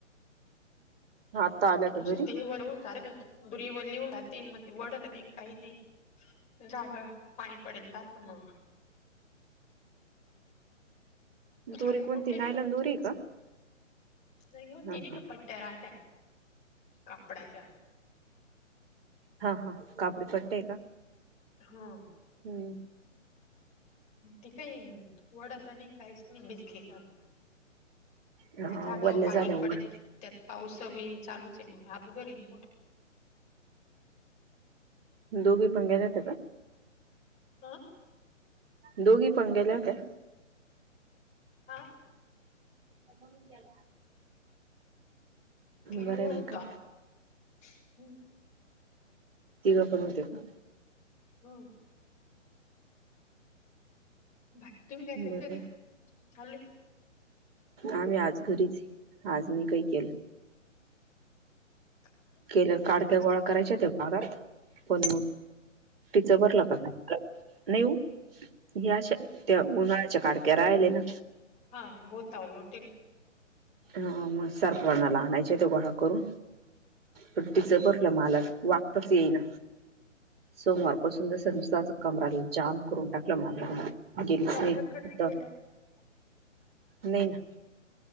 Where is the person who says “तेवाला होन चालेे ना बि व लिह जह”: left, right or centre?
Left